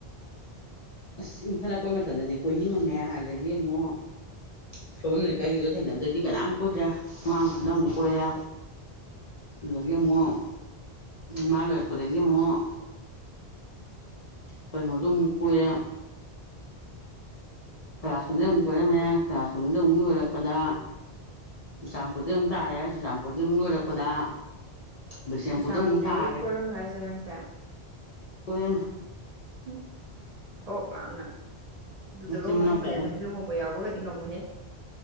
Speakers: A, on the left; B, on the right.
A: ꯑꯁ ꯏꯪꯈꯠꯂꯛꯄ ꯃꯇꯝꯗꯗꯤ ꯀꯣꯏꯅꯤꯡꯉꯝꯃꯦ ꯑꯗꯒꯤ ꯑꯃꯨꯛ ꯁꯣꯏꯕꯝ ꯂꯩꯀꯥꯏꯒꯤꯗꯣ ꯊꯦꯡꯅꯕꯗꯒꯤꯗꯤ ꯀꯅꯥꯝ ꯀꯣꯏꯗ꯭ꯔꯦ ꯃꯥ ꯃꯊꯟꯇ ꯑꯃꯨꯛ ꯀꯣꯏꯔꯦ ꯑꯗꯒꯤ ꯑꯃꯨꯛ ꯃꯥꯥ ꯂꯣꯏꯔꯛꯄꯗꯒꯤ ꯑꯃꯨꯛ ꯀꯩꯅꯣꯗꯣ ꯑꯃꯨꯛ ꯀꯣꯏꯔꯦ ꯄꯦꯔꯥꯁꯣꯟꯗꯩ ꯑꯃꯨꯛ ꯀꯣꯏꯔꯝꯃꯦ ꯄꯦꯔꯥꯁꯣꯟꯗꯩꯩ ꯑꯃꯨꯛ ꯂꯣꯏꯔꯛꯄꯗꯥ ꯆꯨꯔꯆꯥꯟꯄꯨꯔꯗ ꯑꯃꯨꯛ ꯇꯥꯔꯦ ꯆꯨꯔꯆꯥꯟꯄꯨꯔꯗꯩ ꯑꯃꯨꯛ ꯂꯣꯏꯔꯛꯄꯗꯥ ꯕꯤꯁꯦꯝꯄꯨꯔꯗ
B: ꯆꯨꯔꯆꯥꯟꯄꯨꯔꯗꯒꯤ
A: ꯑꯃꯨꯛ ꯇꯥꯔꯦ
B: ꯀꯣꯏꯔꯝꯕ ꯍꯥꯏꯁꯦ ꯅꯪꯁꯦ
A: ꯀꯣꯏꯔꯝꯃꯦ
B: ꯍꯝ ꯊꯣꯛ ꯌꯥꯝꯅ ꯑꯗꯨꯗꯒ
A: ꯃꯆꯤꯟ
B: ꯍꯣꯡꯉꯝꯃꯗꯤ
A: ꯃꯅꯥꯎ ꯇꯔꯥ
B: ꯑꯩꯈꯣꯏꯗꯤ ꯂꯨꯍꯣꯡꯕ ꯌꯥꯎꯕꯒꯗꯤ ꯉꯝꯃꯣꯢꯍꯦ